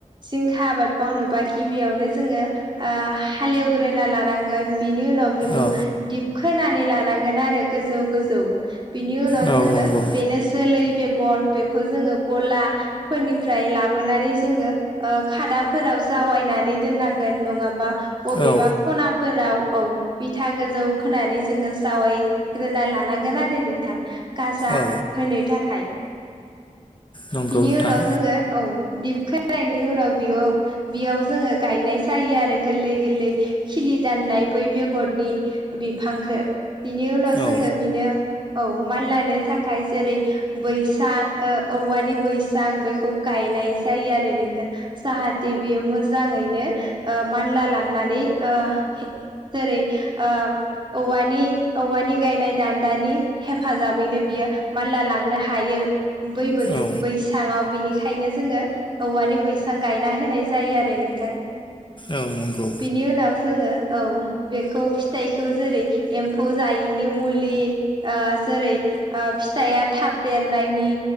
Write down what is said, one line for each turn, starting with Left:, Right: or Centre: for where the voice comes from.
Right: जिंखा आबाद मावनो। बा गिबियावनो जोङो हालेवग्रोना लानांगोन। बेनि उनाव बेखौ
Left: औ
Right: दैबखोनानै लानांगोन आरो गोजौ गोजौ। बिनि उनाव
Left: नंगौ
Right: जोङो बेेनसोल बे गर बेखौ जोङो गलाफोरनिफ्राय लाबोनानै जोङो ओ खादाफोराव जा दावायनानै दोननांगोन नङाबा बबेबा
Left: औ
Right: खनाफोराव औ बिथा गोजौ खोनानै जोङो जावायग्रोना लानांगोन आरो नोंथां। गाजा
Left: औ
Right: होनो थाखाय
Left: नंगौ
Right: बिनि
Left: नोंथां
Right: उनाव जोङो औ। दिप खोनायनि उनाव बियाव बियाव जोङो गायनाय जायो आरो गोरलै गोरलै खिलि दाननाय बै बेगरनि बिफांखौ बिनि उनाव जोङो
Left: औ
Right: बेनो औ मानलानो थाखाय जेरै बैसां औवानि बैसां बेखौ गाय। जायो आरो नोंथां जाहाथे बियो मोजाङैनो ओ मानला लांनानै ओ जेरै ओ औवानि गायनाय दान्दानि हेफाजाबैनो बियो मानला लांनो हायो बै बैसाङाव
Left: औ
Right: औ बेनिखायनो जोङो औवानि बैसां गायना होनाय जायो आरो नोंथां
Left: औ नंगौ
Right: बेनि उनाव जोङो औ। बेखौ फिथाइखौ जेरै एमफौ जायिनि मुलि उह जेरै उह फिथाइआ थाब देरनायनि